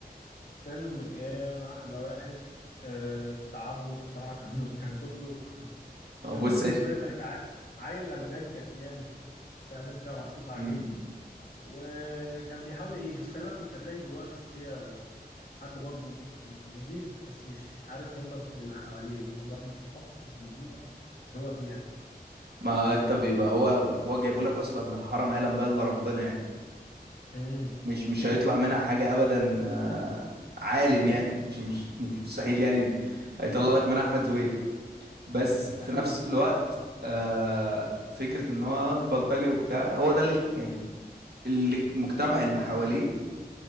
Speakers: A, on the left; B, on the right.
A: فيلم كان احلى واحد آه، بتاع عبده موته بصراحه كان كان كله
B: ما
A: كان
B: بص
A: كله بالنسبه
B: يا
A: لي ضحك عا- عيل غلبان كتيان فاهم انت محطوط عليه
B: ش-
A: وكان بيحاول يعيش بس خلي بالك كنت هتلاقي جواه شخصية حد برضو يعني نضيف بس مش عارف ينضف من اللي حواليه لأنه برضو بيتأثر بالبيئة اللي هو فيها
B: ما انت بيبقى هو هو جايبه لك اصلا من حرم يعلم بقى الا ربنا يعني
A: امم
B: مش مش هيطلع منها حاجه ابدا آه، عالم يعني مش مش <laughs> مش مستحيل يعني هيطلع لك من احمد زويل بس
A: مستحيل
B: في نفس الوقت آه فكره ان هو البلطجي وبتاع هو ده اللي يعني اللي المجتمع اللي حواليه